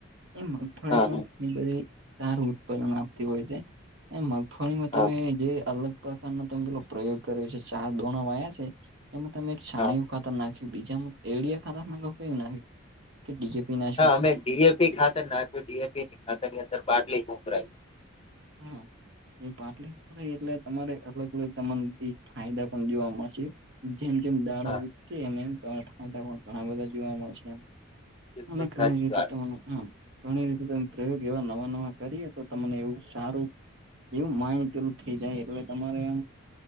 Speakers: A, on the right; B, on the left.
A: એ મગફળી
B: હા
A: પણ બધી સારું ઉત્પાદન આપતી હોય છે એ મગફળીમાં
B: હા
A: તમે જે અલગ પ્રકારનો તમે પેલો પ્રયોગ કર્યો છે ચાર દોણા વાયા છે એમાં તમે એક છાણીયું
B: હા
A: ખાતર નાખી બીજા એડિયા ખાતર નાખો કરો નાખી. ડીજેપી ના
B: હા અમે ડીએપી ખાતે નાખ્યું ડીએપી ની ખાતે ની અંદર બાટલી મોકરાય. <unintelligible>
A: હા એ પાટલી એટલે તમારે અલગ અલગ તમા ફાયદા પણ જોવા મળશે. જેમ જેમ દાડા
B: હા
A: વક છે એમ એમ ત ઘણા બધા જોવા મળશે એમ.
B: બિલકુલ
A: અને ઘણી
B: સાચી
A: રીતે
B: વાત
A: તમે હ ઘણી રીતે તમે પ્રયોગ એવા નવા નવા કરીએ તો તમને એવું સ સારું એવું માઇડ પેલું થઈ જાય એટલે તમારે આમ